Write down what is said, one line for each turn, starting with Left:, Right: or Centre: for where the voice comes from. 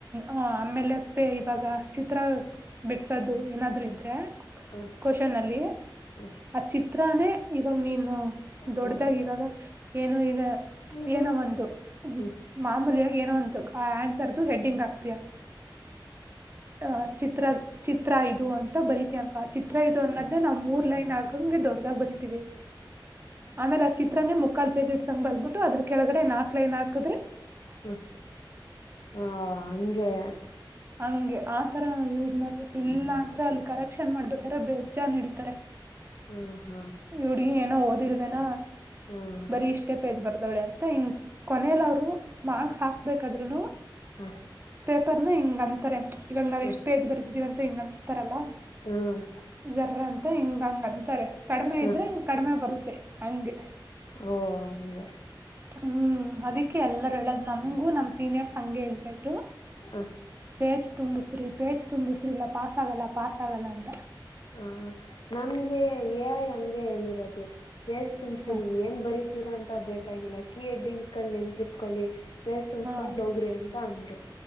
Right: ಹಾ- ಆಮೇಲೆ ಅಪ್ಪೆ ಇವಾಗ ಚಿತ್ರ ಬಿಡ್ಸೋದು ಏನಾದ್ರು ಇದ್ರೆ
Left: ಹ
Right: ಕವಷನ್ ಅಲ್ಲಿ
Left: ಹ
Right: ಅಚ್ಚಿ ಹತ್ರಾನೇ ಇವಾಗ ನೀನು ದೊಡ್ಡದಾಗ
Left: ಹ್ಮ
Right: ಇವಾಗ ಏನು ಈಗ
Left: ಹ್ಮ ಹ್ಮ್
Right: ಏನೋ ಒಂದು
Left: ಹ್ಮ್
Right: ಮಾಮೂಲಿಿಯಾಗಿ ಏನೋ ಒಂದು ಆ ಆನ್ಸರ್ದುು ಹೆಡ್ಡಿಂಗ್ ಆಗ್ತಯಾ.
Left: ಹ
Right: ಅ ಚಿತ್ರ ಚಿತ್ರ ಇದು ಅಂತ ಬರಿತಿ ಅಂಕ ಚಿತ್ರ ಇದು ಅನ್ನೋದ್ದೇ ನಾ್ ಮೂರ್ ಲೈನ್ ಆಗಂಗ ದೊಡ್ಡದಾಗ ಬರೀತಿವಿ ಆಮೇಲೆ ಆ ಚಿತ್ರನೇ ಮುಕ್ಕಾಲ್ ಪೇಜ್ ಇಟ್ಸಂಗ್ ಬರ್ಬಿಟ್ಟು ಅದ್ರ ಕೆಳಗಡೆ ನಾಕ್ ಲೈನ್ ಹಾಕದ್ರೆ
Left: ಹ್ಮ್- ಹಾ- ಹಗೆ
Right: ಹಂಗೆ ಆತರ ಯೂಸ್ ಮಾಡ್ಬೇಕ ಇಲ್ಲ ಅಂದ್ರೆ ಅಲ್ಲಿ ಕರೆಕ್ಷನ್ ಮಾಡ್ಬೇಕಾದ್ರೆ ಬೇಜ್ಜಾ ನಡಿತಾರೆ
Left: ಹ್ಮ- ಹ
Right: ಹಡ್ಗಿ ಏನೋ ಓದಿಲ್ವೇನಾ.
Left: ಹ್ಮ್
Right: ಬರಿ ಇಷ್ಟೇ ಪೇಜ್ ಬರ್ದವಳೆ ಅಂತ ಹಿಂಗ್ ಕೊನೆಯಲ್ಲಿ ಅವ್ರು ಮಾರ್ಕ್ಸ್ ಹಾಕ್ಬೇಕಾದ್ರುನು.
Left: ಹಾ
Right: ಪೇಪರ್ನ ಹಿಂಗ ಅಂತಾರೆ ಇವಾಗ ನಾವ್
Left: ಹ್ಮ್
Right: ಎಷ್ಟ್ ಪೇಜ್ ಬರದಿದ್ದೀವಿ ಅಂತ ಹಿಂಗ ಅಂತಾರಲ್ಲ.
Left: ಹ್ಮ್
Right: ಜರಂತ ಹಿಂಗ ಹಂಗ ಅಂತಾರೆ ಕಡಿಮೆ
Left: ಹ್ಮ
Right: ಇದ್ರೆ
Left: ಹ್ಮ
Right: ಕಡಿಮೆ ಬರುತ್ತೆ ಹಂಗಗೆ.
Left: ಓ ಹಂಗೆ
Right: ಹ್ಮ್ -ಅದಿಕ್ಕೆ ಎಲ್ಲಾರ ಹೇಳದ್ ನಮ್ಗೂ ನಮ್ ಸೀನಿಯರ್ಸ್ ಹಗೆ ಹೇಳ್ತಾ ಇದ್ರು.
Left: ಹಾ
Right: ಪೇಜ್ ತುಂಬಿಸ್ರಿ ಪೇಜ್ ತುಂಬಿಸ್ರಿ ಇಲ್ಲಾ ಪಾಸ್ ಆಗಲ್ಲ ಪಾಸ್ ಆಗಲ್ಲ ಅಂತ
Left: ಹ -ನಮಗೆ ಹಂಗೆ ಹೇಳಿರೋದು ಪೇಜ್ ತುಂಬಸಿರಿ
Right: ಹ
Left: ಏನ್ ಬರೀ ರಾಂತ ಬೇಕಾಗಿಲ್ಲ ಕೀ ಎಡ್ಡಿಂಗ್ಸ್ಗಳು್ ನೆನ್ಪಿಟ್ಕೊಳ್ಳಿ ಪೇಸ್ ತುಂಬ್ಸ್ಕೊಂಡ್
Right: ಹಾ
Left: ಹೋಗ್ರಿ ಅಂತ. ತಾಂದ್ರ